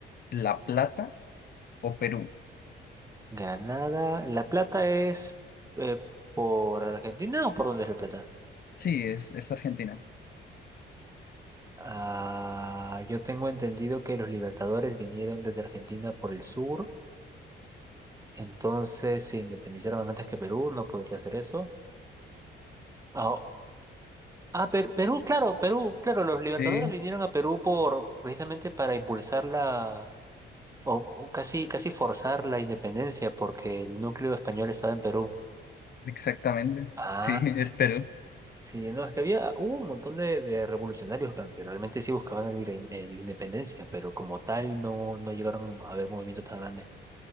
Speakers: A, on the left (about 50°); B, on the right (about 15°).
A: La Plata o Perú.
B: Granada, La Plata es eh, por Argentina o por dónde es La Plata?
A: Sí, es, es Argentina.
B: Ah, yo tengo entendido que los libertadores vinieron desde Argentina por el sur, entonces se independizaron antes que Perú, no podría ser eso. ah Ah, Per- Perú, claro, Perú, claro, los Libertadores
A: Sí,
B: vinieron a Perú por precisamente para impulsar la o, o casi casi forzar la independencia porque el núcleo español estaba en Perú.
A: exactamente.
B: Ah,
A: Sí, <laughs> es Perú.
B: sí, no, es que había hubo un montón de, de revolucionarios que que realmente sí buscaban el virei- eh, la independencia, pero como tal no, no llegaron a haber movimientos tan grandes.